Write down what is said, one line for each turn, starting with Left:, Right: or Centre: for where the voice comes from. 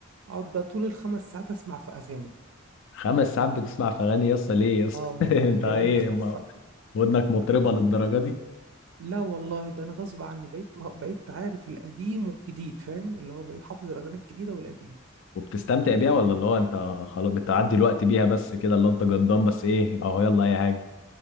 Right: اقعد بقى طول الخمس ساعات اسمع في اغاني
Left: خمس ساعات بتسمع في أغاني يس ليه يس
Right: اه والله
Left: <laughs> أنت
Right: يا
Left: إيه
Right: ابني خ...
Left: ما-
Right: خ...
Left: ودنك مطربة للدرجة دي
Right: لا والله ده انا غصب عني بقيت بقيت عارف القديم والجديد فاهم اللي هو بقيت حافظ الاغاني الجديده والقديمه
Left: وبتستمتع بيها ولا اللي هو أنت خلاص بتعدي الوقت بيها بس كده اللي هو أنت جدام بس إيه أهو يلا أي حاجة